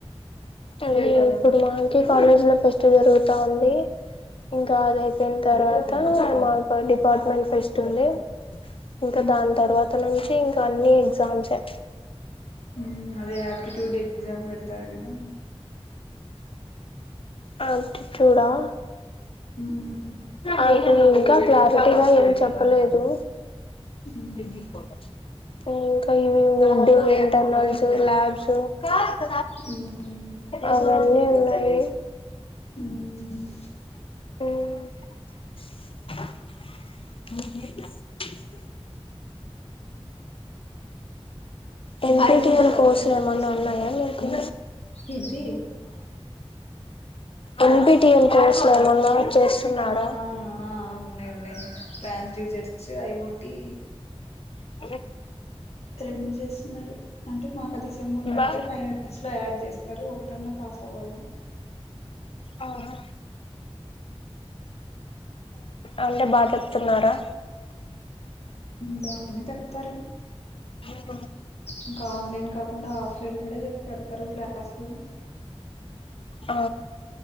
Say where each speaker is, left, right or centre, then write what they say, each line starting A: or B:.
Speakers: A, on the left; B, on the left.
A: అ ఇప్పుడు మాకి కాలేజ్ లో పె జరుగుత ఉంది ఇంక అద అయిపోయిం తర్వాత మాకు డిపార్ట్మెంట్ ఫేస్ట్ ఉంది ఇంక
B: ఉమ్
A: దాన్ తర్వాత నను ఇంకన్నీ సాంగ్స్ సే
B: హమ్ అదే ఆప్టిట్యూడ్ ఎక్జామ్ పెడతార్ హమ్
A: ఆప్టిట్యూడ్ ఆ
B: ఉమ్
A: అది ఇంక క్లారిటీగ ఏం చెప్పలేదు
B: ఉమ్
A: జ ప ఇంక ఇవి మిడ్ ఇంటర్నల్స్ ల్యాబ్స్ అవొక్క
B: ఉమ్
A: అన్నీ ఉన్నాయి
B: హమ్
A: హమ్ ము
B: వ
A: ఎన్
B: ఇంకా
A: పి
B: ఈడూస్కి
A: టి ఎల్ కోర్సులు ఏమన్న
B: చేస్తున్నారా
A: ఉన్నాయా మీకు
B: ఏంటి
A: ఎన్పీటిఎల్ కోర్స్ లో ఏమన్నా చేస్తున్నారా
B: ఆ ఆ ఉన్నాయి ఉన్నాయి ట్రాన్స్ జూసర్ హొ ఐ ఒకటీ
A: మ్
B: రెండు చేస్తున్నారు అంటే మాకు అదిసం ఉన్నట్టే
A: బా
B: ఫైవ్ మినిట్స్ లో యాడ్ చేస్తారు ఒకటన్న పాస్ అవాలా
A: ఆహా అంట బాధ <inaudible> వస్తున్నారా
B: బా <inaudible> అన్న చెప్తారు
A: మ్
B: ఇంకా ఆన్లైన్ కాకుండా ఆఫ్లైన్ కూడ చెప్తరు క్లాసులు
A: ఆ